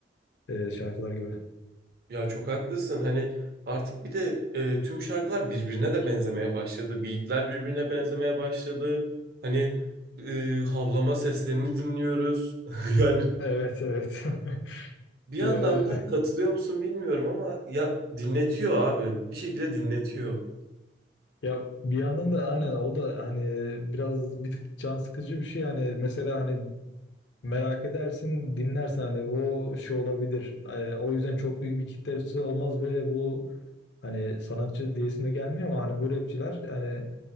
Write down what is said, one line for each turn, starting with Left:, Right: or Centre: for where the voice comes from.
Left: e, şarkılar gibi.
Right: Ya çok haklısın. Hani artık bir de e, tüm şarkılar birbirine de benzemeye başladı. Beatler birbirine benzemeye başladı. Hani e, havlama seslerini dinliyoruz. <laughs> Yani
Left: Evet evet. <laughs>
Right: bir yandan
Left: Yani
Right: da katılıyor musun bilmiyorum ama ya dinletiyor abi. Bir şekilde dinletiyor.
Left: ya bir yandan da aynen o da hani biraz bir tık can sıkıcı bir şey yani mesela hani merak edersin dinlersen hani o şey olabilir. Ee, o yüzden çok büyük bir kitlesi olmaz ve bu hani sanatçı diyesim de gelmiyor ama hani bu rapçiler yani